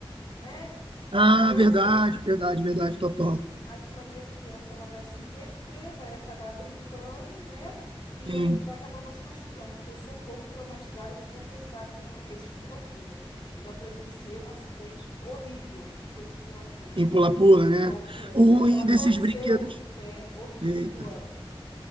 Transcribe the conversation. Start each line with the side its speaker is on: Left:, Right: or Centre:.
Left: né?
Right: Ah,
Left: A criança
Right: verdade, verdade, verdade, Totó.
Left: aquilo ali a criança ela vai se interter, vai acabar brincando, né? E
Right: Sim,
Left: a- vai acabar não se machucando, porque eu sou um pouco traumatizada, vou confessar, com esses pula-pula. Eu já presenciei um acidente horrível com esse pula-pula,
Right: em pula-pula, né?
Left: com criança.
Right: O
Left: A criança
Right: ruim
Left: ela torceu
Right: desses brinquedos.
Left: o pé horrível
Right: Eita.
Left: pulando.